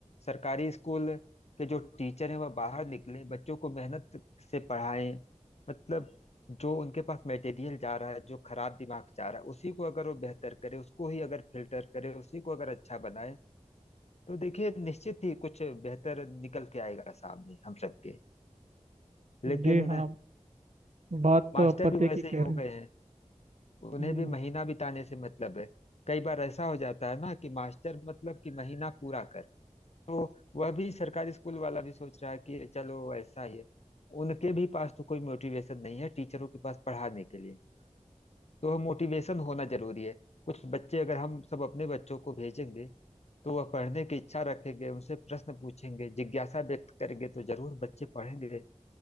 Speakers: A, on the left; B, on the right.
A: सरकारी स्कूल के जो टीचर हैं वह बाहर निकले बच्चों को मेहनत से पढ़ाएं मतलब जो उनके पास मटेरियल जा रहा है जो खराब दिमाग जा रहा है उसी को अगर वो बेहतर करे उसको ही अगर फिल्टर करे उसी को अगर अच्छा बनाए तो देखिए निश्चित ही कुछ बेहतर निकल के आएगा सामने हम सबके लेकिन
B: जी हाँ बात
A: मास्टर
B: तो आप पते
A: भी वैसे
B: की कह
A: ही हो
B: रहे
A: गए
B: हैं
A: हैं उन्हें
B: हम्म,
A: भी महीना बिताने से मतलब है कई बार ऐसा हो जाता है ना कि मास्टर मतलब कि महीना पूरा कर तो वह भी सरकारी स्कूल वाला भी सोच रहा है कि चलो ऐसा ही है उनके भी पास तो कोई मोटिवेशन नहीं है टीचरों के पास पढ़ाने के लिए तो मोटिवेशन होना जरूरी है कुछ बच्चे अगर हम सब अपने बच्चों को भेजेंगे तो वह पढ़ने की इच्छा रखेंगे उनसे प्रश्न पूछेंगे जिज्ञासा व्यक्त करेंगे तो जरूर बच्चे पढ़ेंगे